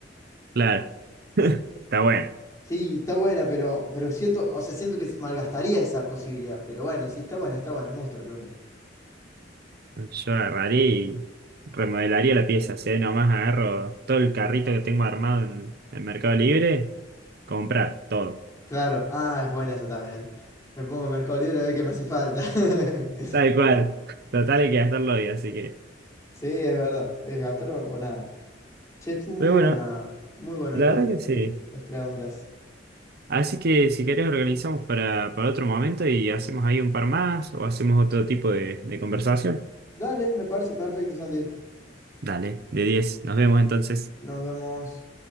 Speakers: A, on the right (about 55°); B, on the left (about 20°).
A: Claro, <laughs> está bueno.
B: Sí, está buena, pero, pero siento, o sea, siento que malgastaría esa posibilidad. Pero bueno, sí, está buena, está buena, me gusta la pregunta.
A: Yo agarraría y remodelaría la pieza, si ahí nomás agarro todo el carrito que tengo armado en el Mercado Libre, comprar todo,
B: Claro, ah, es buena esa también. Me pongo en Mercado Libre a ver qué me hace falta. <laughs>
A: tal cual. Total hay que gastarlo hoy, así que...
B: Sí, es verdad, es gastar o, o nada. Che, estuvo muy
A: Pero
B: buena,
A: bueno,
B: muy buena
A: la
B: la- la-
A: verdad que sí.
B: las preguntas.
A: Así que si querés organizamos para, para otro momento y hacemos ahí un par más o hacemos otro tipo de, de conversación.
B: Dale, me parece perfecto, Santi.
A: Dale, de 10. Nos vemos entonces.
B: Nos vemos.